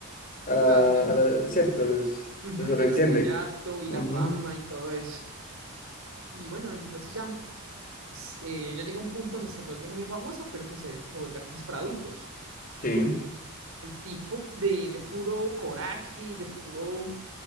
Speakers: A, on the left (about 40°); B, on the right (about 70°).
A: a-
B: Claro, sí.
A: a la- cierto, es-
B: Ujú,
A: se sobreentiende.
B: al estrellato y
A: Ujú,
B: la fama y todo eso. Y bueno, entonces ya, eh, ya llega un punto donde se vuelve muy famosa, pero pues se, se vuelve actriz para adultos.
A: sí.
B: El tipo de, de puro coraje, de puro,